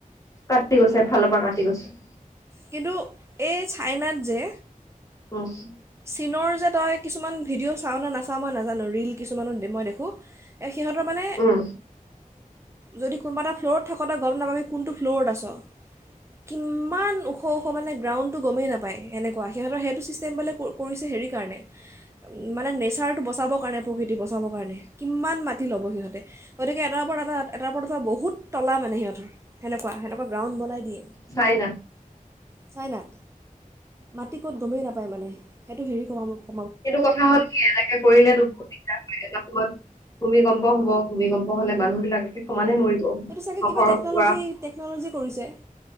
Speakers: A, on the left; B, on the right.
A: কাটি গৈছে এফালৰ পৰা কাটি গৈছে।
B: কিন্তু এই চাইনাত যে
A: উম
B: চীনৰ যে তই কিছুমান ভিডিঅ' তই চাওঁ নাচাও মই নাজানো ৰিল কিছুমানত মই দেখোঁ সিহঁতৰ মানে
A: উম
B: যদি কোনোবা এটা ফ্ল'ৰত থাকোঁতে গম নাপাবি কোনটো ফ্ল'ৰত আছ। কিমান ওখ মানে গ্ৰাউণ্ডটো গমেই নাপায় এনেকুৱা সিহঁতৰ সেইটো ছিষ্টেম বোলে কৰিছে হেৰি কাৰণে মানে নেচাৰটো বচাবৰ কাৰণে প্ৰকৃতি বচাবৰ কাৰণে কিমান মাটি ল'ব সিহঁতে গতিকে এটাৰ ওপৰত এটা এটাৰ ওপৰত এটা বহুত তলা মানে সিহঁতৰ সেনেকুৱা সেনেকুৱা গ্ৰাউণ্ড বনাই দিয়ে।
A: চাইনা
B: চাইনাত মাটি ক'ত গমেই নাপায় মানে সেইটো হেৰি কমা মোক
A: কিন্তু কথা হ'ল কি এনেকে কৰিলে এটা সময়ত ভূমিকম্প হব ভূমিকম্প হলে মানুহবিলাক একে সমানে মৰিব।
B: এইটো চাগে
A: নগৰৰ
B: কিবা টেকন'লজি
A: পৰা
B: টেকন'লজি কৰিছে